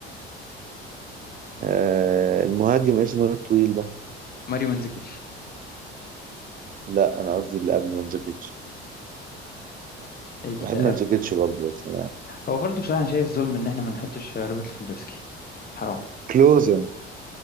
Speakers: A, on the right (about 25°); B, on the left (about 30°).
A: آه المهاجم اسمه ايه الطويل ده
B: ماريو منزكيتش
A: لا انا قصدي اللي قبل منزوكيتش
B: اللي
A: بحب منزوكيتش
B: قبل
A: برضه بس انا
B: هو برضو بصراحه أنا شايف ظلم ان احنا ما نحطش روبرت ليفاندوفسكي حرام
A: كلوزا